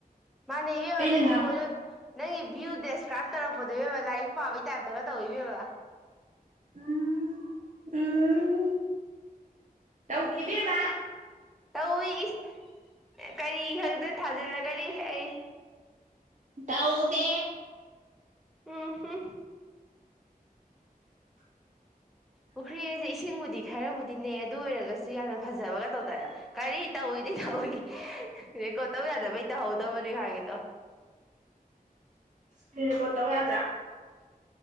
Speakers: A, in the centre; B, on the right.
A: ꯃꯥꯅꯦ ꯏꯦ
B: ꯑꯩꯅ
A: ꯋꯥꯅꯒ
B: ꯉꯥꯡ
A: ꯏ ꯄꯣ ꯅꯪꯒꯤ ꯚꯤꯌꯨ ꯗꯦꯁꯀ꯭ꯔꯥꯏꯞ ꯇꯧꯔꯛꯄꯗꯨꯕ ꯂꯥꯏꯔꯤꯛ ꯄꯥꯕꯩ ꯇꯥꯏꯞꯇꯒ ꯇꯧꯤꯕꯕ
B: ꯎꯝ ꯎꯝ ꯇꯧ ꯊꯈꯤꯕꯤ ꯃꯥ
A: ꯇꯧꯋꯤ ꯏꯁ ꯀꯔꯤ ꯈꯛꯇ ꯊꯥꯖꯤꯜꯂꯒꯅꯤ ꯑꯩ
B: ꯇꯎꯗꯦ
A: ꯎꯝ ꯍꯝ
B: <unintelligible>
A: ꯄꯨꯈ꯭ꯔꯤ ꯑꯁꯦ ꯏꯁꯤꯡꯕꯨꯗꯤ ꯈꯔꯕꯨꯗꯤꯅꯦ ꯑꯗꯨ ꯑꯣꯏꯔꯒꯁꯨ ꯌꯥꯝꯅ ꯐꯖꯕꯒ ꯇꯧꯗꯅ ꯀꯔꯤ ꯇꯧꯋꯤꯗꯤ ꯍꯧꯧꯏ ꯔꯦꯀꯣꯔꯠ ꯇꯧ ꯌꯥꯗꯕꯩ ꯇꯧꯍꯧꯗꯕꯅꯦ ꯈꯒꯤꯗꯣ
B: ꯁꯤ ꯀꯠꯇꯕ ꯌꯥꯗ꯭ꯔꯥ